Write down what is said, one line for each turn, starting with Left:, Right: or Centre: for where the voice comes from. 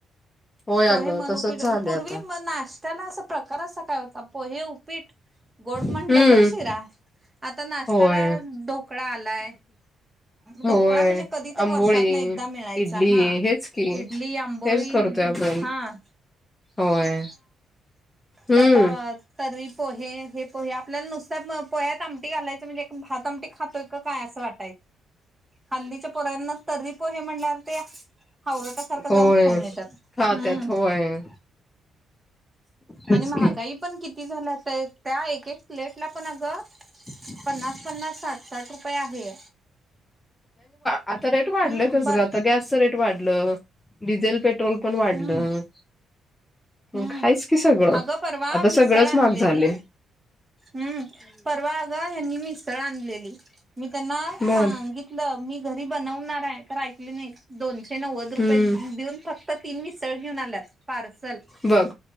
Left: होय
Right: पोहे
Left: अगं
Right: म्हण
Left: तसच
Right: उपीट
Left: झालंय
Right: पूर्वी
Left: आता
Right: मनाश त्याला असा प्रकार असा काय होता पोहे, उपीट गोड
Left: हम्म
Right: म्हटलं तर शिरा आता नाष्टयाला
Left: होय.
Right: ढोकळा आलाय.
Left: होय
Right: ढोकळा म्हणजे कधी तर
Left: आंबोळी
Right: वर्षात न एकदा मिळायचा
Left: इडली
Right: हा
Left: हेच की
Right: इडली, आंबोळी,
Left: हेच करतोय आपण
Right: हा..
Left: होय.. हम्म
Right: ते आता तरी.. पोहे हे पोहे आपल्याला नुसत्या पोह्यात आमटी घालायचं म्हणजे भात आमटी खातोय काय असं वाट हल्लीच्या पोरांना तरी पोहे म्हणल्यावर ते हावरटा सारखा
Left: होय.
Right: जाऊन खाऊन येतात
Left: खात्यात
Right: हम्
Left: होय तेच
Right: आणि महागाई
Left: की
Right: पण किती झाल्या? ते त्या एक, एक प्लेटला पण अगं.
Left: <inaudible>
Right: पन्नास पन्नास, साठ, साठ रुपये आहे.
Left: आता रेट वाढलेतच
Right: हम्म पर
Left: गॅस रेट वाढल, डिझेल, पेट्रोल पेट्रोल पण वाढलं.
Right: हम्म हम्म
Left: हायच कि सगळं
Right: अगं परवा
Left: आता
Right: मिसळ
Left: सगळंच
Right: आणलेली
Left: महाग झालय.
Right: हम्म परवा अग यांनी मिसळ आणलेली मी त्यांना सांगित
Left: बर
Right: तलं मी घरी बनवणार आहे तर ऐकले नाहीत दोनशे नव्वद रुपये
Left: हम्म
Right: देऊन फ तीन मिसळ घेऊन आल्यात पार्सल.
Left: बघ